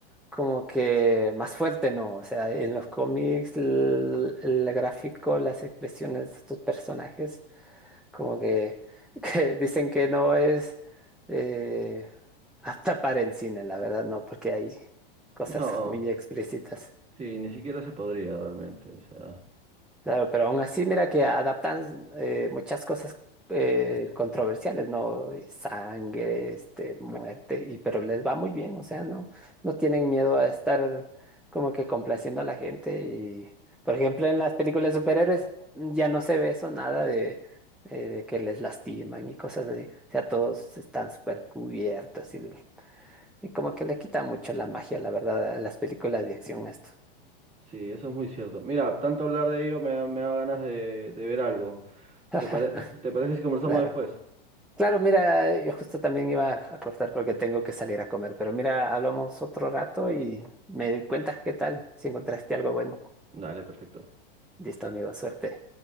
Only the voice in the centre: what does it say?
como que más fuerte, ¿no? O sea, en los cómics, l- el, gráfico, las expresiones de estos personajes, como que, <laughs> que dicen que no es eh, apta para el cine, la verdad, no, porque hay cosas
muy explícitas.
Claro, pero aún así, mira que adaptan eh, muchas cosas eh, controversiales, ¿no? Y Sangre, este, muerte, y pero les va muy bien, o sea, no, no tienen miedo a estar como que complaciendo a la gente. Y, por ejemplo, en las películas de superhéroes ya no se ve eso nada de, eh, de que les lastiman y cosas así. O sea, todos están súper cubiertos y, y como que le quita mucho la magia, la verdad, a las películas de acción esto.
<laughs>
Claro.
Claro, mira, yo justo también iba a cortar porque tengo que salir a comer, pero mira, hablamos otro rato y me cuentas qué tal, si encontraste algo bueno.
Listo, amigo, suerte.